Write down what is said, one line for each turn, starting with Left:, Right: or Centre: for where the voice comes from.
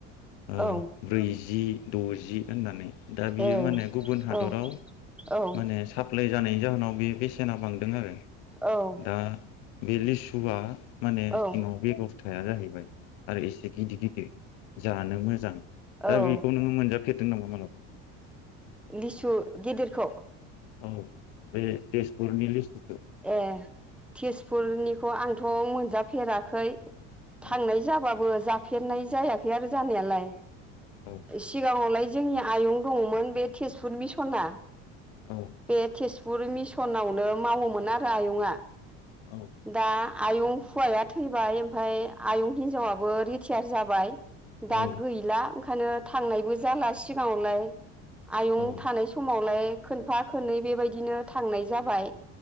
Left: <unintelligible>
Centre: औ
Left: ब्रैजि द'जि होननानै दा बियो
Centre: ए
Left: माने गुबुन हादराव
Centre: औ औ
Left: माने साप्लाइ जानायनि जाहोनाव बे बेसेना बांदों आरो
Centre: औ
Left: दा बे लिसुवआ माने
Centre: औ
Left: बेयाव बेगर हाया जाहैबाय आरो एसे गिदिर गिदिर जानो मोजां दा
Centre: औ
Left: बेखौ नोङो मोनजा मोनजाफेरदों नामा माब्लाबा
Centre: लिसु गेदिरखौ
Left: औ बे तेजपुरनि लिसु
Centre: ए तेजपुरनिखौ आंथ' मोनजाफेराखै थांनाय
Left: औ
Centre: जाबाबो जा जाफेरनाय जायाखै फैयार जानायालाय
Left: औ
Centre: सिगाङावलाय जोंनिया आयं दङमोन बे तेजपुर मिसना
Left: औ
Centre: बे थेस गुुर मिसनावनो मावोम मोन आरो आयंआ
Left: औ
Centre: दा आयं हौवाया थैबाय ओमफ्राय आयं हिनजावाबो रिटायार जाबाय दा
Left: औ
Centre: गैला ओंखायनो थांनायबो जालासिगोन <inaudible> आयं
Left: औ
Centre: थानाय समावलाय खोनफा खननै बेबायदिनो थांनाय जाबाय